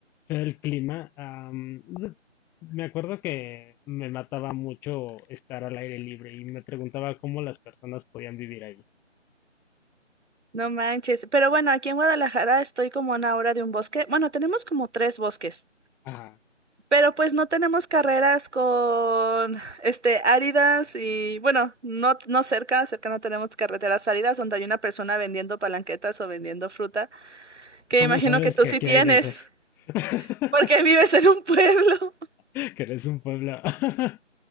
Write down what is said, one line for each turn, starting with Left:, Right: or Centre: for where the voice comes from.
Centre: feo el clima. Am, de- me acuerdo que me mataba mucho estar al aire libre y me preguntaba cómo las personas podían vivir ahí.
Right: No manches. Pero bueno, aquí en Guadalajara estoy como a una hora de un bosque. Bueno, tenemos como tres bosques,
Centre: Ah,
Right: pero pues no tenemos carreras con este áridas y bueno, no, no cerca, cerca no tenemos carreteras áridas donde hay una persona vendiendo palanquetas o vendiendo fruta, que
Centre: ¿cómo
Right: imagino
Centre: sabes
Right: que tú
Centre: que
Right: sí
Centre: aquí
Right: tienes,
Centre: hay de esas? <laughs>
Right: porque vives en un pueblo.
Centre: Que eres un pueblo. <laughs>